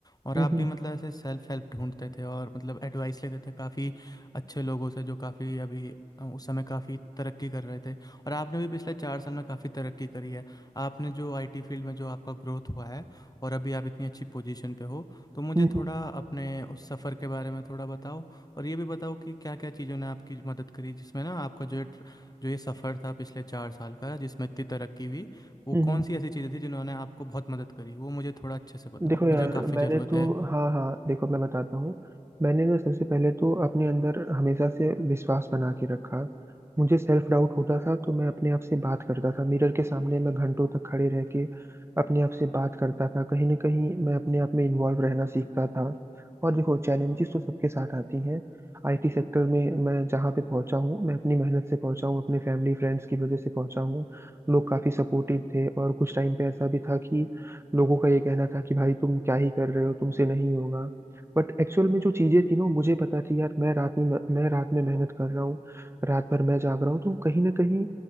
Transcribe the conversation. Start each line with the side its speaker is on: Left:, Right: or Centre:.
Left: और
Right: हम्म
Left: आप भी
Right: हम्म
Left: मतलब ऐसे सेल्फ हेल्प ढूंढते थे और मतलब एडवाइस लेते थे काफ़ी अच्छे लोगों से जो काफ़ी अभी अ, उस समय काफ़ी तरक्की कर रहे थे और आपने भी पिछले चार साल में काफ़ी तरक्की करी है आपने जो आईटी फील्ड में जो आपका ग्रोथ हुआ है और अभी आप इतनी अच्छी पोजीशन पे हो तो मुझे
Right: हम्म
Left: थोड़ा अपने उस सफ़र के बारे में थोड़ा बताओ और ये भी बताओ कि क्या क्या चीज़ों ने आपकी मदद करी जिसमें ना आपका जो ये ट्र- जो ये सफ़र था पिछले चार साल का जिसमें इतनी तरक्की हुई वो
Right: हम्म
Left: कौन
Right: हम्म,
Left: सी ऐसी चीज़ें थी जिन्होंने आपको बहुत मदद करी वो मुझे थोड़ा अच्छे से बताओ
Right: देखो
Left: मुझे
Right: यार
Left: काफ़ी
Right: मैंने
Left: ज़रूरत
Right: तो
Left: है
Right: हाँ हाँ देखो मैं बताता हूँ मैंने ना सबसे पहले तो अपने अंदर हमेशा से विश्वास बना के रखा मुझे सेल्फ डाउट होता था तो मैं अपने आप से बात करता था मिरर के सामने मैं घंटों तक खड़े रह के अपने आप से बात करता था कहीं ना कहीं मैं अपने आप में इन्वॉल्व रहना सीखता था और देखो चैलेंजेस तो सबके साथ आती हैं आईटी सेक्टर में मैं जहाँ पे पहुँचा हूँ मैं अपनी मेहनत से पहुँचा हूँ अपने फैमिली फ्रेंड्स की वजह से पहुँचा हूँ लोग काफ़ी सपोर्टिव थे और कुछ टाइम पे ऐसा भी था कि लोगों का ये कहना था कि भाई तुम क्या ही कर रहे हो तुमसे नहीं होगा बट एक्चुअल में जो चीजें थी ना वो मुझे पता थी यार मैं रात में मैं रात में मेहनत कर रहा हूँ रात भर मैं जाग रहा हूँ तो कहीं ना कहीं